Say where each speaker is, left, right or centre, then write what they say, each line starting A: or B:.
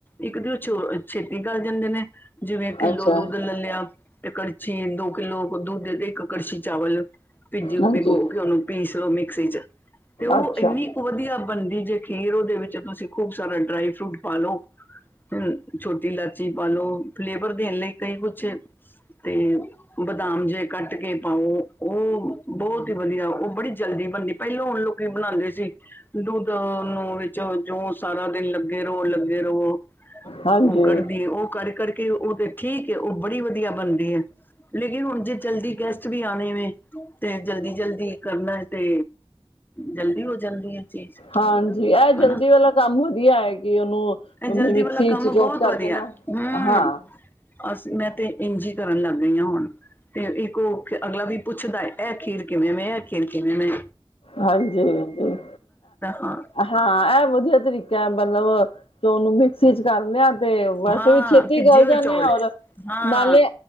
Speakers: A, on the left; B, on the left.
A: ਇੱਕ ਦਿ ਉਹ ਚ ਛੇ ਇਹ ਗੱਲ ਜਾਂਦੇ ਨੇ ਜਿਵੇਂ ਕਿੱਲੋ
B: ਅੱਛਾ
A: ਦੁੱਧ ਲੈ ਲਿਆ ਤੇ ਕੜਛੀ ਦੋ ਕਿੱਲੋ ਦੂੱਧ ਦੇ ਇੱਕ ਕੜਸੀ ਚਾਵਲ ਭਿੱਜੀ
B: ਹਾਂਜੀ
A: ਭਿਗੋ ਕੇ ਉਹਨੂੰ ਪੀਸ ਲਓ ਮਿਕਸੀ ਚ ਤੇ ਉਹ
B: ਅੱਛਾ
A: ਇੰਨੀ ਕੁ ਵਧੀਆ ਬਣਦੀ ਜੇ ਖੀਰ ਉਹਦੇ ਵਿੱਚ ਤੁਸੀਂ ਖੂਬ ਸਾਰਾ ਡਰਾਈ ਫਰੂਟ ਪਾਾਲੋ ਹਮ ਛੋਟੀ ਇਲਾਚੀ ਪਾਲੋ ਫਲੇਵਰ ਦੇਣ ਲਈ ਕਈ ਕੁਛ ਤੇ ਬਦਾਮ ਜੇਹੇ ਕੱਟ ਕੇ ਪਾਓ ਉਹ ਬਹੁਤ ਹੀ ਵਧੀਆ ਉਹ ਬੜੀ ਜਲਦੀ ਬਣਦੀ ਪਹਿਲਾਂ ਹੁਣ ਲੋਕੀ ਬਣਾਉਂਦੇ ਸੀ ਦੁੱਧ ਨੂੰ ਵਿੱਚ ਜੋ ਸਾਰਾ ਦਿਨ ਲੱਗੇ ਰਹੋ- ਲੱਗੇ ਰਹੋ
B: ਹਾਂਜੀ
A: ਉਹ ਕੜਦੀ ਹੈ ਉਹ ਕੜ-ਕੜ ਕੇ ਕਿ ਉਹ ਤੇ ਠੀਕ ਹੈ ਉਹ ਬੜੀ ਵਧੀਆ ਬਣਦੀ ਹੈ ਲੇਕਿਨ ਹੁਣ ਜੇ ਜਲਦੀ ਕਹਿ ਵੀ ਆਣੇ ਵ ਤੇ ਜਲਦੀ-ਜਲਦੀ ਕਰਨਾ ਤੇ ਜਲਦੀ ਹੋ ਜਾਂਦੀ ਹੈ। ਚੀਜ਼
B: ਹਾਂਜੀ ਇਹ ਜਲਦੀ
A: ਹਨਾ
B: ਵਾਲਾ ਕੰਮ ਵਧੀਆ ਹੈ ਕਿ ਉਹਨੂੰ
A: ਇਹ ਜਲਦੀ
B: ਮਿਕਸੀ
A: ਵਾਲਾ ਕੰਮ
B: ਚ ਚੋਪ
A: ਬਹੁਤ
B: ਕਰਕੇ
A: ਵਧੀਆ
B: ਨਾ
A: ਹੰਮ
B: ਹਾਂ
A: ਅਸੀ ਮੈਂ ਤੇ ਇੰਜ ਕਰਨ ਲੱਗ ਗਈਆਂ ਹੁਣ ਤੇ ਇੱਕ ਉਹ ਅਗਲਾ ਵੀ ਪੁੱਛਦਾ ਇਹ ਖੀਰ ਕਿਵੇਂ ਵੇ ਐ ਖੀਰ ਕਿਵੇਂ ਵੇ
B: ਹਾਂਜੀ- ਹਾਂਜੀ
A: ਹਾਂ
B: ਹਾਂ ਇਹ ਵਧੀਆ ਤਰੀਕਾ ਮਤਲਬ- ਤੇ ਉਹਨੂੰ ਮਿਕਸੀ ਚ ਕਰ ਲਿਆ ਤੇ ਬਸ
A: ਹਾਂ
B: ਵੀ ਛੇਤੀ
A: ਭਿੱਜੇ
B: ਕਰੱ
A: ਹੋਏ
B: ਜਾਂਦੇ
A: ਚੌਲ
B: ਆ ਔਰ
A: ਹੈ। ਹਾਂ
B: ਨਾਲੇ